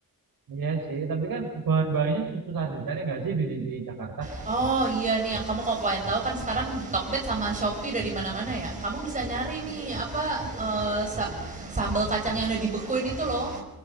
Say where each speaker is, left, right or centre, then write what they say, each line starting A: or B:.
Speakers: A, on the right; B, on the right.
A: Iya sih, tapi kan bahan-bahannya susah dicari nggak sih di, di Jakarta?
B: Oh iya nih, ya. kamu kalau pengen tahu kan sekarang Tokped sama Shopee dari mana-mana ya, kamu bisa nyari nih apa, eee, sa sambel kacang yang udah dibekuin itu loh.